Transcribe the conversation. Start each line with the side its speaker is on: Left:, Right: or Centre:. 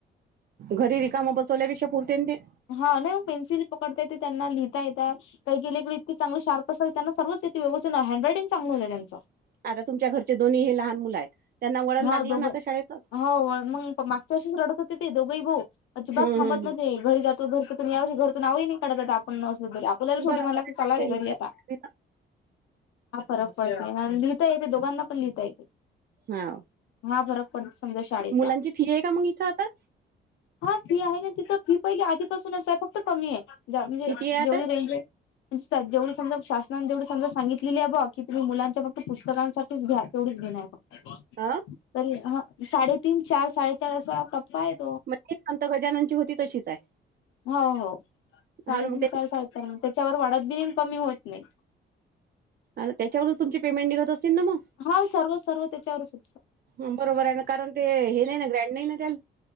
Right: घरी रिकामं बसवल्यापेक्षा पुरते ते.
Left: हा.. नाही मग पेन्सिल पकडता येते, त्यांना लिहिता येतात. काही <unintelligible> इति चांगलं शार्प असल त्यांना सर्वच येती व्यवस्थित ना हँड रायटिंग चांगलं होते त्यांचं.
Right: आता तुमच्या घरचे दोन्ही हे लहान मुलं आहेत त्यांना वळण
Left: हा
Right: लागलं
Left: दोघं
Right: ना आता शाळेचं.
Left: हो मंग मागच्या वर्षीच रडत होते ते, दोघे ही भाऊ अजिबात
Right: हम्म
Left: थांबत
Right: हम्म हम्म
Left: नव्हते घरी जात. तो घरच तया घरच नाव ही, नाही काढत आता आपण नसलो तरी. बोलेला शेवटी
Right: बरोबर
Left: मला तर चाला की
Right: आहे.
Left: घरी आता. हा फरक पडत लिहिता येते, दोघांना पण लिहिता येते.
Right: हांव,
Left: हा फरक पडतो समजा शाळेचा
Right: मुलांची फी आहे का, मग इथं आता.
Left: हा फी आहे ना तिथं फी पहिली, आधीपासूनच आहे फक्त कमी आहे म्हणजे
Right: किती आहे आता
Left: जेवढी रेंज आहे. <unintelligible> जेवढी समज शासनाने जेवढी समजून सांगितलेली आहे बा, की तुम्ही मुलांच्या फक्त पुस्तकांसाठी. घ्या तेवढीच घेणार फक्त.
Right: आं..
Left: तरी हं.. साडेतीन चार साडेचार असा टप्पा आहेत.
Right: मग संत गजाननची होती तशीच आहे.
Left: हो हो, साडेतीन
Right: हा मग
Left: चार साडेचार म्हणे, त्याच्यावर वाढत बि नाही आणि कमी ही होत नाही.
Right: आणि त्याच्यावरूनच तुमची, पेमेंट निघत असतील ना मग.
Left: हा सर्वच सर्व तेच्यावर सु
Right: बरोबर आहे ना कारण, ते हे नाही ना ग्रँड नाही ना त्याला.